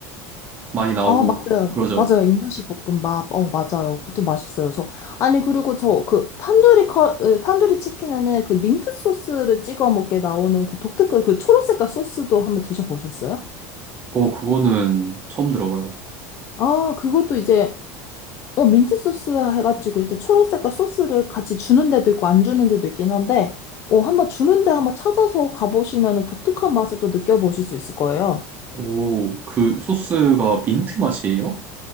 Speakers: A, on the right; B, on the left.
A: 많이 나오고
B: 아, 맞아요.
A: 그러죠.
B: 맞아요. 인도식 볶음밥. 어, 맞아요. 그것도 맛있어요. 저, 아니, 그리고 저, 그, 탄두리 커, 으, 탄두리 치킨에는 그 민트 소스를 찍어 먹게 나오는 그 독특한 그 초록색깔 소스도 한번 드셔보셨어요?
A: 오, 그거는 처음 들어봐요.
B: 아, 그것도 이제, 어, 민트 소스 해가지고 이제 초록색깔 소스를 같이 주는 데도 있고 안 주는 데도 있긴 한데, 어, 한번 주는 데 한번 찾아서 가보시면은 독특한 맛을 또 느껴보실 수 있을 거예요.
A: 오, 그 소스가 민트 맛이에요?